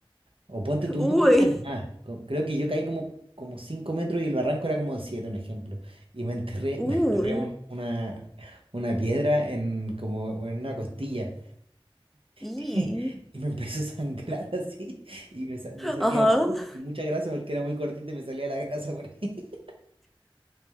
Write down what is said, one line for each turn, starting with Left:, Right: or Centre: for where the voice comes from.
Right: o ponte tú,
Centre: Uy.
Right: no creo que eran más, co- creo que yo caí como, como 5 metros y el barranco era como de siete un ejemplo, y me enterré,
Centre: Uy.
Right: <laughs> me enterré un- una, una piedra en, como en una costilla.
Centre: Y,
Right: <laughs> Y me empezó a sangrar así, y me, sa- me salía
Centre: ajá,
Right: pus
Centre: <laughs>
Right: y mucha grasa porque era muy cortita y me salía la grasa por ahí. <laughs>